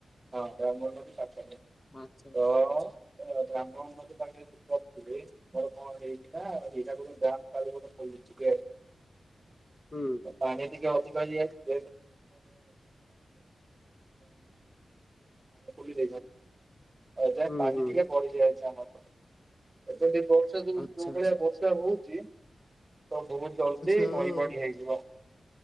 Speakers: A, on the right; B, on the left.
A: ହଁ ବ୍ରାହ୍ମଣୀ ନଦୀ ପାଖରେ ତ।
B: ଆଚ୍ଛା ଆଚ୍ଛା ଆଚ୍ଛା
A: ତ ବ୍ରାହ୍ମଣୀ ନଦୀ ପାଣିରେ ମୁଁ ପଶିଥିଲି। ମୋର କଣ ହେଇଛି ନା, ହେଇଟାକୁ ନେଇ <unintelligible>
B: ହୁଁ।
A: ପାଣି ଟିକେ ଅଧିକ ହେଇଯାଇଛି <unintelligible> <unintelligible> ଆ ଯାଇଁ
B: ହୁଁ
A: ପାଣି
B: ହୁଁ
A: ଟିକେ ବଢି ଯାଇଛି ଆମର ଏ ପଟେ ଯଦି ବର୍ଷ ଯୋ
B: ଆଚ୍ଛା
A: ଯୋଉଁ
B: ଆଚ୍ଛା
A: ଭଳିଆ ବର୍ଷା <unintelligible> ବର୍ଷା ହଉଛି ତ ବହୁତ ଜଲଦି
B: ଆଚ୍ଛା।
A: ନଈ ବଢି ହେଇଯିବ।